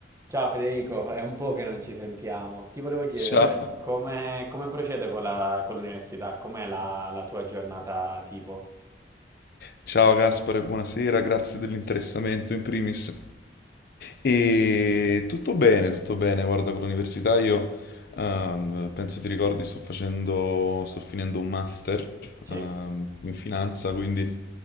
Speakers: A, on the right; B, on the left.
A: Ciao Federico, è un po' che non ci sentiamo. Ti volevo chiedere
B: Ciao,
A: come, come procede con la- con l'università? Com'è la, la tua giornata tipo?
B: ciao Gaspare, buonasera, grazie dell'interessamento in primis. E tutto bene, tutto bene, guarda, con l'università io ehm, penso ti ricordi, sto facendo, sto finendo un master
A: Sì?
B: ehm, in finanza, quindi